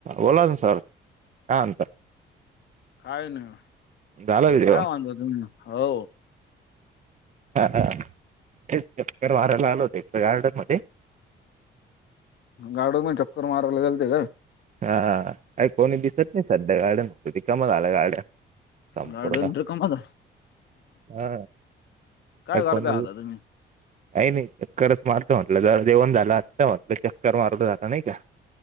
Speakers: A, on the right; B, on the left.
A: ओलादन सार हा अंत
B: काय नाही
A: झालं का जेवण
B: काय माधता तुम्ही हो
A: हा हा चकर मारायला आल होते गार्डन मध्ये
B: गाडो मे चक्कर माराय लागलते काय
A: हा कोणी दिसत नाही सध्या गार्डन कमाल आलं गार्ड संपूर्ण
B: गार्डन रिकामच
A: हा
B: काय
A: का
B: करताय
A: कोण
B: आता तुम्ही
A: नाही नाही चक्करच मारत म्हटलं जर जेवण झालं आत्ता म्हटलं चक्कर मारलं जाता नाही का